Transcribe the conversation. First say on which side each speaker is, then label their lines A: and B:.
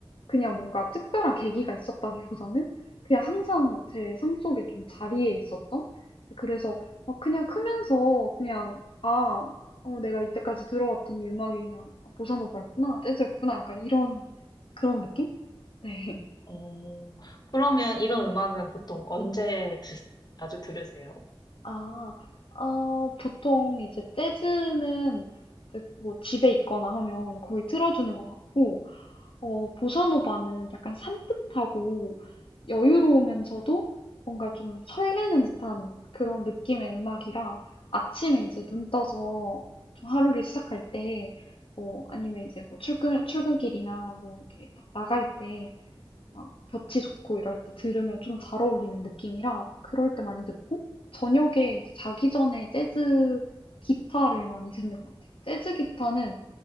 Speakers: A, on the left; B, on the left.
A: 그냥 뭔가 특별한 계기가 있었다기보다는 그냥 항상 제 삶 속에 좀 자리에 있었던 네, 그래서 막 그냥 크면서 그냥 아, 어, 내가 이때까지 들어왔던 이 음악이 그냥 보사노바였구나, 재즈였구나 약간 이런 그런 느낌? 네.
B: 어, 그러면 이런 음악은 보통 언제 드, 자주 들으세요?
A: 아, 어, 보통 이제 재즈는 이제 뭐 집에 있거나 하면 거의 틀어주는 것 같고, 어, 보사노바는 약간 산뜻하고 여유로우면서도 뭔가 좀 설레는 듯한 그런 느낌의 음악이라 아침에 이제 눈 떠서 좀 하루를 시작할 때, 뭐 아니면 이제 뭐 출근, 출근길이나 뭐 이렇게 딱 나갈 때 막 볕이 좋고 이럴 때 들으면 좀 잘 어울리는 느낌이라 그럴 때 많이 듣고 저녁에 이제 자기 전에 재즈 기타를 많이 듣는 것 같아요. 재즈 기타는